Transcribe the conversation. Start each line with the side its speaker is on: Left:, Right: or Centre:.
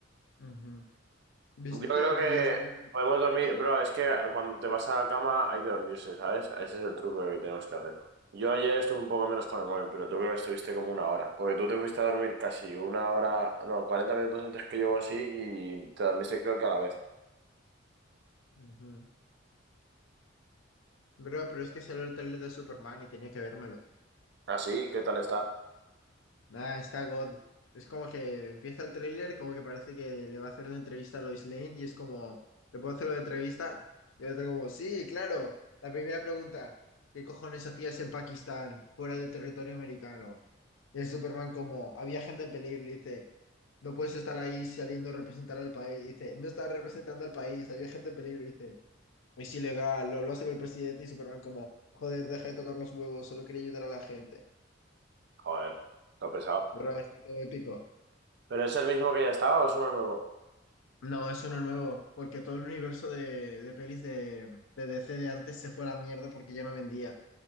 Left: Ujú. ¿Viste
Right: Yo creo que
Left: que ya sacaron...
Right: podemos dormir,
Left: ¿Qué?
Right: bro, es que cuando te vas a la cama hay que dormirse, ¿sabes? Ese es el truco que tenemos que hacer. Yo ayer estuve un poco menos con el móvil, pero tú creo que estuviste como una hora, porque tú te fuiste a dormir casi una hora, no, 40 minutos antes que yo o así y te dormiste creo que a la vez.
Left: Ujú. Bro, pero es que salió el trailer de Superman y tenía que vérmelo.
Right: ¿Así? ¿Qué tal está?
Left: Nah, está God. Es como que empieza el tráiler, como que parece que le va a hacer una entrevista a Lois Lane y es como, ¿le puedo hacer una entrevista? Y el otro como, sí, claro. La primera pregunta, ¿qué cojones hacías en Pakistán, fuera del territorio americano? Y el Superman como, había gente en peligro, le dice, no puedes estar ahí saliendo a representar al país. Y dice, no estaba representando al país, había gente en peligro. Y dice, es ilegal, lo hablaste con el presidente y Superman como, joder, deja de tocar los huevos, solo quería ayudar a la gente.
Right: Joder, está pesado.
Left: Pero está todo épico.
Right: ¿Pero es el mismo que ya estaba o es uno nuevo?
Left: No, es uno nuevo, porque todo el universo de, de pelis de, de DC de antes se fue a la mierda porque ya no vendía.